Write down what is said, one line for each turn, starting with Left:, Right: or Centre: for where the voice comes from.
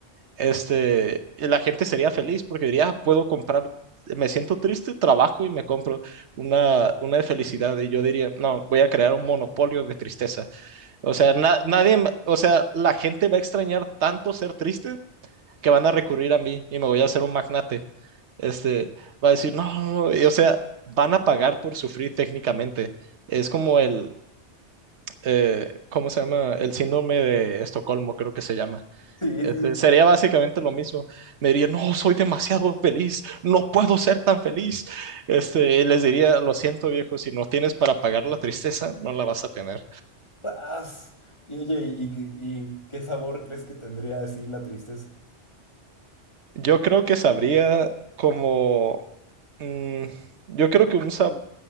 Right: este, la gente sería feliz porque diría, "Ah, puedo comprar, me siento triste, trabajo y me compro una, una de felicidad. Y yo diría, no, voy a crear un monopolio de tristeza. O sea, na- nadie, me- o sea, la gente va a extrañar tanto ser triste que van a recurrir a mí y me voy a hacer un magnate. Este, va a decir, no, no", y, o sea, van a pagar por sufrir técnicamente. Es como el, eh, ¿cómo se llama? El síndrome de Estocolmo, creo que se llama
Left: Sí,
Right: este,
Left: sí.
Right: sería básicamente lo mismo. Me diría, no, soy demasiado feliz, no puedo ser tan feliz. Este, y les diría, lo siento, viejo, si no tienes para pagar la tristeza, no la vas a tener.
Left: ¡Paz! Y oye, ¿y, y- y qué sabor crees que tendría así la tristeza?
Right: Yo creo que sabría como, mm, yo creo que un sabor,